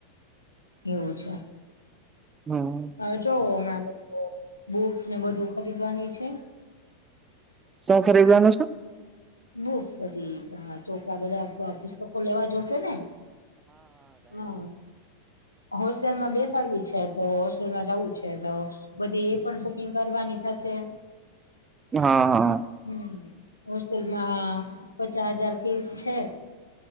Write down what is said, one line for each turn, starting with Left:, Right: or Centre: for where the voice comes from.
Left: એવું છે
Right: હમ
Left: હવે જોવ મે બુક્સ ને બધું ખરીદવાની છે
Right: શું ખરીદવાનું છું
Left: બુક્સ બધી હ ચોકરા બધા પુસ્તકો લેવા જોશે ને હા હોસ્ટેલમાં બેસ્ટ ડવી છે તો હોલમાં જવું છે તો બધી એ પણ શોપિંગ કરવાની થશે
Right: હા હા
Left: હમ જેલમાં પચાસ હજાર ફીસ છે